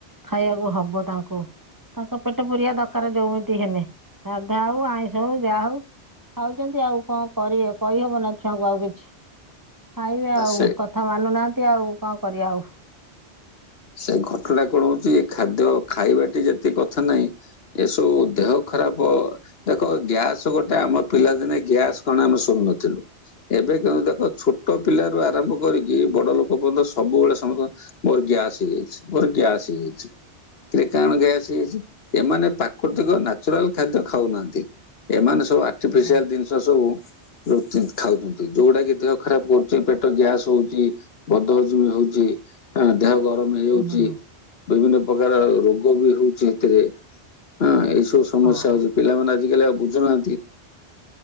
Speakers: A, on the right; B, on the left.
A: ଖାଇବାକୁ ହବ ତାଙ୍କୁ ତାଙ୍କ ପେଟ ପୁରିବା ଦରକାର ଯୋଉମିତି ହେଲେ ସାଧା ହୋଉ ଆଇଁଷ ହଉ ଯାହା ହଉ ଖାଉ ଆଉ କଣ କରିବେ କହିହବ ନା ଛୁଆଙ୍କୁ ଆଉ କିଛି, ଖାଇବେ
B: ଆ
A: ଆଉ
B: ସେ
A: କଥା ମାନୁନାହାନ୍ତି। <unintelligible> ଆଉ କଣ କରିବା ଆଉ।
B: ସେ ଘଟଣା କଣ ହଉଚି ଏ ଖାଦ୍ୟ ଖାଇବାଟି ଯେତକି କଥା ନାହିଁ। ଏସବୁ ଦେହ ଖରାପ ଦେଖ ଗ୍ୟାସ ଗୋଟେ ଆମ ପିଲାଦିନେ ଗ୍ୟାସ କଣ ଆମେ ଶୁଣୁନଥିଲୁ, ଏବେ କିନ୍ତୁ ଦେଖ ଛୋଟ ପିଲାରୁ ଆରମ୍ଭ କରିକି ବଡ ଲୋକ ପର୍ଯ୍ୟନ୍ତ ସବୁବେଳେ ସମସ୍ତେ ମୋର ଗ୍ୟାସ। ହେଇଯାଇଛି ମୋର ଗ୍ୟାସ ହେଇଯାଇଛି, କିରେ କାଣା ଗ୍ୟାସ ହେଇଯାଇଛି? ଏମାନେ ପ୍ରାକୃତିକ ନାଚୁରାଲ ଖାଦ୍ୟ ଖାଉନାହାନ୍ତି, ଏମାନେ ସବୁ ଆର୍ଟିଫିସିଆଲ
A: ହଁ
B: ଜିନି ଶ ସବୁ ଯଉ ଜି ଖାଉଛନ୍ତି ଯୋଉଡା କି ଦେହ ଖରାପ କରୁଚି ପେଟ ଗ୍ୟାସ ହୋଉଚି। ବଦ ହଜମି ହୋଉଚି ଆଁ ଦେହ ଗର ମ ହେଇଯାଉଛି
A: ହଁ
B: ବିଭିନ୍ନ ପ୍ରକାର ରୋଗ ବି ହୋଉଚି ଏଥିରେ ଆଁ ଏଇ ସବୁ ସମସ୍ୟା
A: ହଁ।
B: ହଉଛି ପିଲାମାନେ ଆଜିକାଲି ଆଉ ବୁଝୁନାହାନ୍ତି।